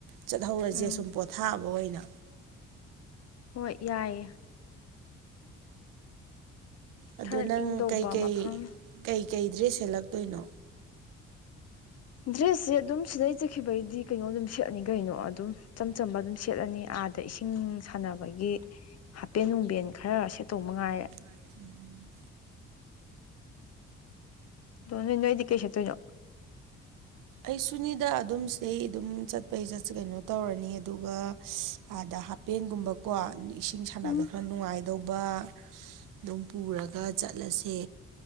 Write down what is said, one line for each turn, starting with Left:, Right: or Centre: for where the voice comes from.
Right: ꯆꯠꯍꯧꯔꯁꯦ
Left: ꯎꯝ
Right: ꯁꯨꯝ ꯄꯣꯊꯥꯕ ꯑꯣꯏꯅ
Left: ꯍꯣꯏ ꯌꯥꯏꯌꯦ
Right: ꯑꯗꯨ
Left: ꯈꯔ
Right: ꯅꯪ
Left: ꯏꯪꯗꯧꯕ
Right: ꯀꯩꯀꯩ
Left: ꯃꯐꯝ
Right: ꯀꯩꯀꯩ ꯗ꯭ꯔꯦꯁ ꯁꯦꯠꯂꯛꯇꯣꯏꯅꯣ
Left: ꯗ꯭ꯔꯦꯁꯁꯦ ꯑꯗꯨꯝ ꯁꯤꯗꯩ ꯆꯠꯈꯤꯕꯩꯗꯤ ꯀꯩꯅꯣ ꯑꯗꯨꯝ ꯁꯦꯠꯂꯅꯤ ꯀꯩꯅꯣ ꯑꯗꯨꯝ ꯏꯆꯝ ꯆꯝꯕ ꯑꯗꯨꯝ ꯁꯦꯠꯂꯅꯤ ꯑꯥꯗ ꯏꯁꯤꯡ ꯁꯥꯟꯅꯕꯒꯤ ꯍꯥꯄꯦꯟ ꯅꯨꯡꯕꯦꯟ ꯈꯔ ꯁꯦꯠꯇꯧ ꯃꯉꯥꯏꯔꯦ
Right: ꯎꯝ
Left: ꯑꯗꯨꯅꯦ ꯅꯣꯏꯗꯤ ꯀꯩ ꯁꯦꯠꯇꯣꯏꯅꯣ
Right: ꯑꯩ ꯁꯨꯅꯤꯗ ꯑꯗꯨꯝ ꯁꯤꯗꯩ ꯑꯗꯨꯝ ꯆꯠꯄꯩ ꯆꯠꯁ ꯀꯩꯅꯣ ꯇꯧꯔꯅꯤ ꯑꯗꯨꯒ ꯑꯥꯗ ꯄꯦꯟꯒꯨꯝꯕꯀꯣ ꯏꯁꯤꯡ ꯁꯥꯟꯅꯕ
Left: ꯎꯝ
Right: ꯈꯔ ꯅꯨꯡꯉꯥꯏꯗꯧꯕ ꯑꯗꯨꯝ ꯄꯨꯔꯒ ꯆꯠꯂꯁꯦ